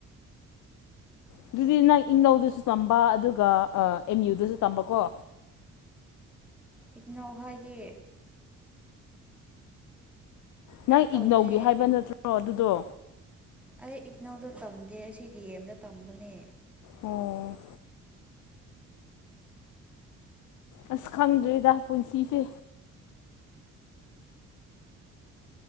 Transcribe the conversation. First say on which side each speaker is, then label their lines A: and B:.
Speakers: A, on the left (about 80°); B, in the centre.
A: ꯑꯗꯨꯗꯤ ꯅꯪ ꯏꯅꯧꯗꯨꯁꯨ ꯇꯝꯕ ꯑꯗꯨꯒ ꯑꯦꯝ ꯌꯨꯗꯨꯁꯨ ꯇꯝꯕꯀꯣ
B: ꯏꯛꯅꯧ ꯍꯥꯏꯔꯤ
A: ꯅꯪ
B: ꯑꯩ ꯇꯧꯗꯦ
A: ꯏꯒꯅꯧꯒꯤ ꯍꯥꯏꯕ ꯅꯠꯇ꯭ꯔꯣ ꯑꯗꯨꯗꯣ
B: ꯑꯩ ꯏꯛꯅꯧꯗ ꯇꯝꯗꯦ ꯁꯤ ꯗꯤ ꯑꯦꯝꯗ ꯇꯝꯕꯅꯦ
A: ꯑꯣ ꯑꯁ ꯈꯪꯗ꯭ꯔꯤꯗ ꯄꯨꯟꯁꯤꯁꯦ